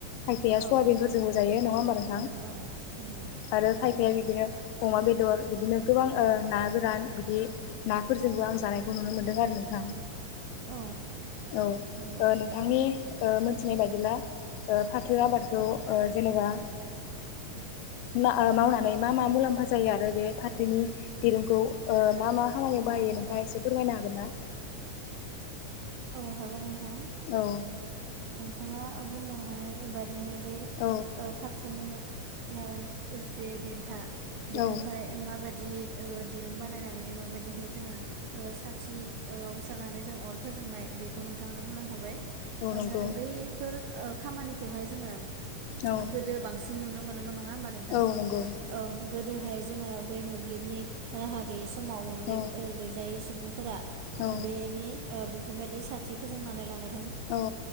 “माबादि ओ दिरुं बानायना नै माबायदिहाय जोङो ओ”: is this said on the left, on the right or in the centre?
Right